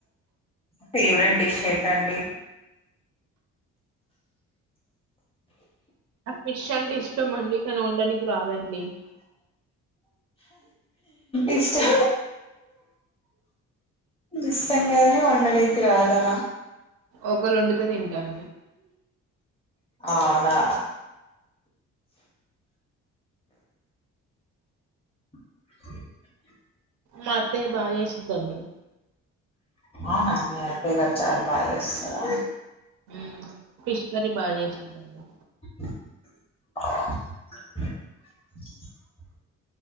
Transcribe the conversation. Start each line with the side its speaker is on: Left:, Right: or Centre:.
Left: ఫేవరెట్ డిష్ ఏటండి
Right: ఆ ఫిష్ అంటే ఇష్టం అండి కానీ ఉండడానికి రాదండి
Left: ఇస్ం ఇష్టంగానే ఉండడానికి రాదా
Right: ఒకళుండితే తింటాం
Left: అవునా <inaudible>
Right: మత్తే బాగా వేసద్దండి
Left: అనా మీఅత్తయ్య గారు చాల బజస్తస్తార
Right: మ్మ్. ఫిష్ కర్రీ బాగా చేస్తుంటడి
Left: <inaudible>